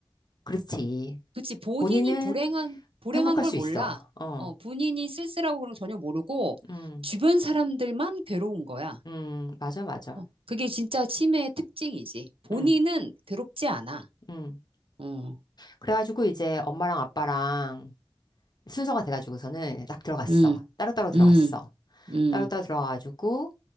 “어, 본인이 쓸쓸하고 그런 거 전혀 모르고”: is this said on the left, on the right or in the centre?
Right